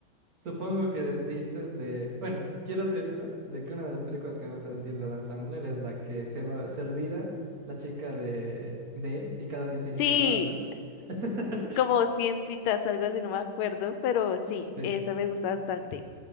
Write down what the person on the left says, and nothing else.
Sí,
como 100 citas, algo así, no me acuerdo, pero sí,
esa me gusta bastante.